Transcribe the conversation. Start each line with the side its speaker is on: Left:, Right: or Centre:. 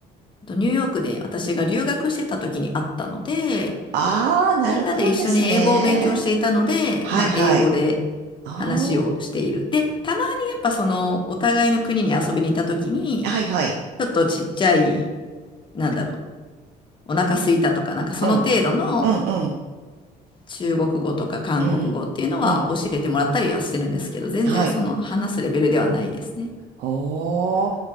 Left: えっとニューヨークで私が留学してた時に会ったので、
Right: ああ、なるほどですね。
Left: みんなで一緒に英語を勉強していたので、
Right: はい、
Left: まあ、
Right: はい。
Left: 英語で
Right: あ
Left: 話をしている。で、たまにやっぱその、お互いの国に遊びに行った時に、
Right: あ、はい、はい。
Left: ちょっとちっちゃい、なんだろう、お腹空いたとか、なんかその程度の、
Right: うん、うん、うん、
Left: 中国語とか韓国語っていうのは教えてもらったりはしてるんですけど、
Right: うん、うん。
Left: 全然その話すレベルではないですね。
Right: はい。おー。